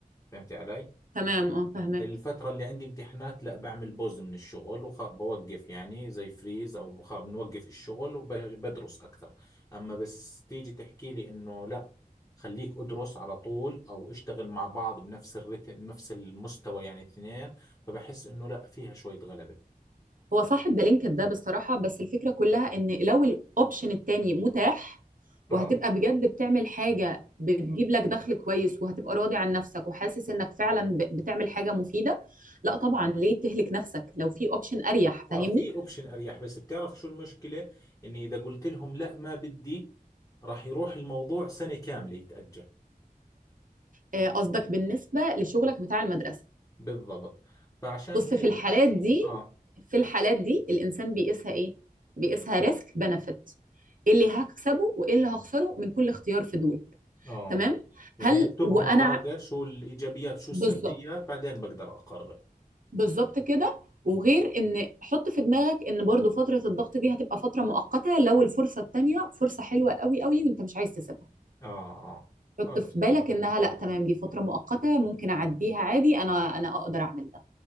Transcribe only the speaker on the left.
فهمتي علي؟
الفترة اللي عندي امتحانات لا بعمل بوز من الشغل وبوقف يعني زي فريز او بخ... بنوقف الشغل وبدرس اكثر اما بس تيجي تحكي لي انه لا خليك ادرس على طول او اشتغل مع بعض بنفس الرتم نفس المستوى يعني اثنين فبحس انه لا فيها شوية غلبة
اه
اه
في اوبشن اريح بس بتعرف شو المشكلة اني اذا قلت لهم لا ما بدي راح يروح الموضوع سنة كاملة يتأجل
بالضبط فعشان
هيك
اه
اه
يعني
اكتبهم
على ورقة شو الإيجابيات شو السلبيات
بعدين بقدر أقرر
آه آه
خلص